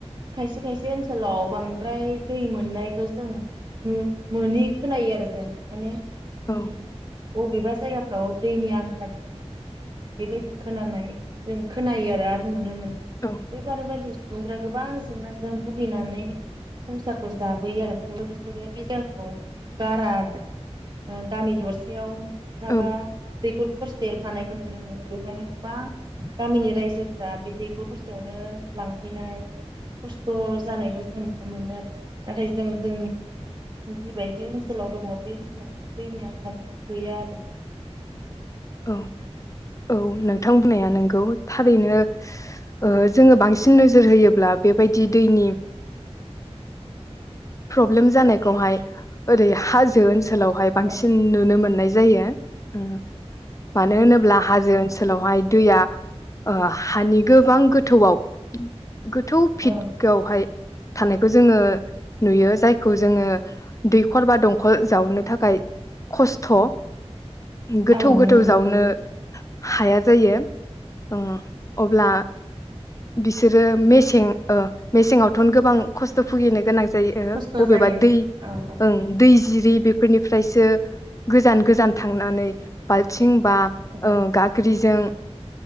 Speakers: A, on the right (about 40°); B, on the left (about 30°).
A: खायसे खायसे ओनसोलाव बांद्राय दै मोननायखौ जों मोनि खोनायो आरो जों माने
B: औ
A: उम बबेबा जायगाफ्राव दैनि आंखाल बेबायदि खोनानाय जों खोनायो आरो आरो नुनो मोनो
B: औ
A: बेफार बायदि सुबुंफोरा गोबां जेंनाजों भुगिनानै संसारखौ जाबोयो आरो थेवबो बिसोरो बे जायगाखौ गारा आरो ओ गामि दरसेयाव मबा
B: औ
A: दैखर खरसे थानाय खौ‌ नुनो मोनो बेवहायनो गोबां गामिनि रायजोफ्रा बे दैख हरसेयावनो लांफैनाय खस्थ जानायखौ जों नुनो मोनो आरो नाथाय जों जोंनि जिबायदि ओनसोलाव दङ बे ओनसोलाव दैनि आंखाल गैया आरो
B: औ औ नोंथां बुंनाया नोंगौ थारैनो ओ जोङो बांसिन नो नोजोर होयोब्ला बेबायदि दैनि प्रब्लेम जानायखौहाय ओरै हाजो ओनसो लावहाय बांसिन
A: औ
B: नुनो मोननाय जायो ओ मानो
A: औ
B: होनोब्ला हाजो ओनसोलावहाय दैया ओ हानि गोबां गोथौआव ‌ गोथौ फिदआवहाय
A: औ
B: थानायखौ जोङो नुयो जायखौ जोङो दैखर बा दंखल जावनो थाखाय खस्थ' गोथौ
A: औ नंगौ
B: गोथौ जावनो हाया जायो। ओ अब्ला बिसोरो मेसें ओ मेसेंआवथ' गोबां खस्थ' भुगिनो गोनां जायो
A: खस्थ'
B: बबेबा
A: जायो
B: दै
A: औ औ
B: ओं दै बिदि बेफोरनिफ्रायसो गोजान गोजान थांनानै बा लथिं बा
A: औ
B: ओ गग्रिजों